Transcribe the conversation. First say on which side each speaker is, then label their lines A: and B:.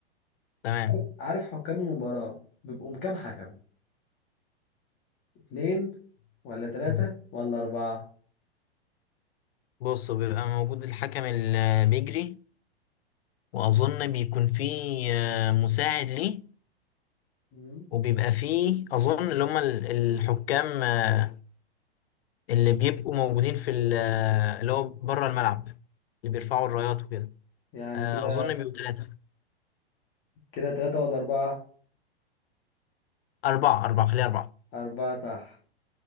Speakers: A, on the left; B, on the left.
A: تمام
B: عارف عارف حكام المباراة بيبقوا كام حكم اتنين ولا تلاتة
A: مم.
B: ولا أربعة
A: بص بيبقى موجود الحكم اللي بيجري وأظن بيكون فيه آه، مساعد ليه
B: مم.
A: وبيبقى فيه أظن اللي هم ال- الحكام آه، اللي بيبقوا موجودين في ال- آه، اللي هو بره الملعب اللي بيرفعوا الرايات وكده
B: يعني
A: آه،
B: كده
A: أظن بيبقوا ثلاثة
B: كده تلاتة ولا أربعة
A: أربعة أربعة خليها أربعة
B: أربعة صح